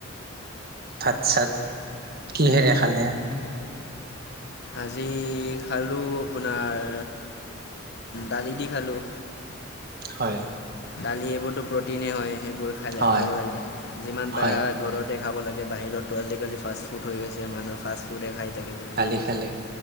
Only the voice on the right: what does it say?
ভাত চাত কিহেৰে খালে?
হয়।
হয়
হয়
এইফালে